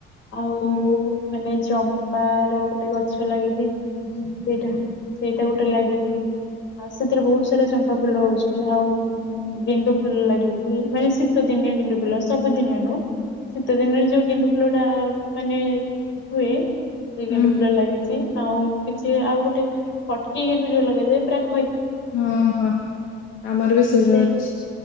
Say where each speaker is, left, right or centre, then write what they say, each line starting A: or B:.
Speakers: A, on the left (about 70°); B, on the left (about 85°).
A: ଆଉ
B: ହୁଁ
A: ମାନେ ଜମ୍ପ ପା ର ଗୋଟେ ଗଛ ଲାଗିଛି ସେଇଟା ସେଇଟା ଗୋଟେ ଲାଗିଛି। ଆଉ ସେଥିରେ ବହୁତ ସାରା ଚମ୍ପା ଫୁଲ ହଉଛି ଆଉ ଗେଣ୍ଡୁ ଫୁଲ ଲାଗିଛି ମାନେ ଶୀତ ଦିନିଆ ଗେଣ୍ଡୁ ଫୁଲ ସବୁଦିନିଆ ନୁହେଁ ଶୀତ ଦିନରେ ଯୋଉ ଗେଣ୍ଡୁ ଫୁଲଟା ମାନେ ହୁଏ। ସେଇ ଗେଣ୍ଡୁ
B: ହୁଁ
A: ଫୁଲ ଲାଗିଛି ଆଉ କିଛି ଆଉ ଗୋଟେ କଟକି ଗେ ଯୁ ଲପଗାଯାଏ।
B: ହଁ ହଁ ଆମର ବି ଶୀଘ୍ର
A: ସେ
B: ଅଛି।